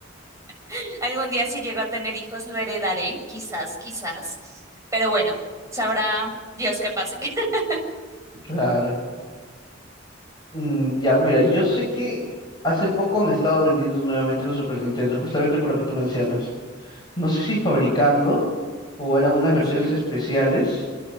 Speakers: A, on the right; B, on the left.
A: <laughs> Algún día si llego a tener hijos lo heredaré, quizás, quizás. Pero bueno, sabrá Dios qué pase. <laughs>
B: <laughs> Claro. Mm, ya, mira, yo sé que hace poco han estado vendiendo nuevamente los Super Nintendo, justamente por lo que tú mencionas. No sé si fabricando o eran unas versiones
A: Ujú,
B: especiales,